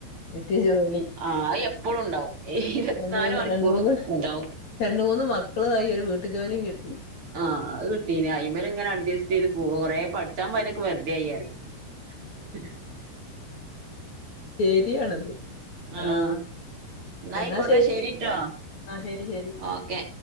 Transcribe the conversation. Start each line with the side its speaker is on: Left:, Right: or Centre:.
Left: കിട്ടിയ ജോലി
Right: ആ അത് എപ്പോഴും ഉണ്ടാവും ഇരുപത്തിനാല്
Left: രണ്ട് മൂന്ന്
Right: മണിക്കൂറും
Left: രണ്ട് മൂന്ന്
Right: ഇണ്ടാവും
Left: രണ്ട് മൂന്ന് മക്കളും ആയി ഒര് വീട്ടു ജോലിം കിട്ടി
Right: ആഹ് അഹ് കിട്ടിന് അയിമെൽ ഇങ്ങനെ അഡ്ജെസ്റ്റ് ചെയ്ത് പോവാ കൊറെ പഠിച്ചാൻ പോയതൊക്കെ വെറ്തെ ആയി പറിയാ ഉ
Left: ശരിയാണത്
Right: ആഹ്
Left: ആഹ
Right: എന്നായിക്കോട്ടെ
Left: എന്നാ ശരി.
Right: ശരിട്ടോ
Left: ആ ശരി ശരി.
Right: ഓക്കെ